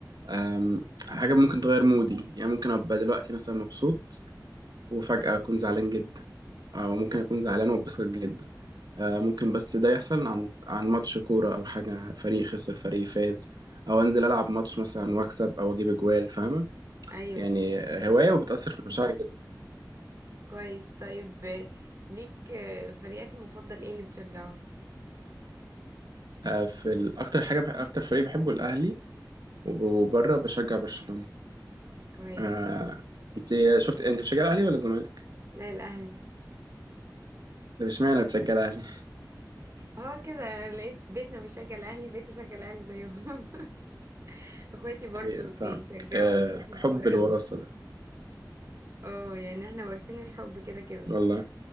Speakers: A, on the right; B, on the right.
A: آم، حاجة ممكن تغير مودي يعني ممكن أبقى دلوقتي مثلا مبسوط وفجأة أكون زعلان جدا أو ممكن أكون زعلان واتبسط جدا آه، ممكن بس ده يحصل عن عن ماتش كورة أو حاجة فريق خسر فريق فاز أو أنزل ألعب ماتش مثلا وأكسب أو أجيب أجوال فاهمة
B: أيوة
A: يعني هواية وبتأثر في مشاعري جدا
B: كويس طيب آه، ليك آه، فريقك المفضل إيه اللي بتشجعه
A: آه، في ال- أكتر حاجة بح... أكتر فريق بحبه الأهلي وبره بشجع برشلونة
B: كويس
A: آه،
B: مم.
A: أنت شفت أنت بتشجع الأهلي ولا الزمالك؟
B: لا الأهلي <laughs>
A: طب اشمعنى بتشجع الأهلي؟
B: هو كده لقيت بيتنا بيشجع الأهلي بقيت أشجع الأهلي زيهم <laughs> اخواتي برضو
A: <laughs> أيوه فاهمك
B: بيشجعوا
A: آه،
B: ليهم في الكورة
A: حب الوراثة
B: قوي
A: ده
B: اه يعني احنا وارثين الحب كده كده
A: والله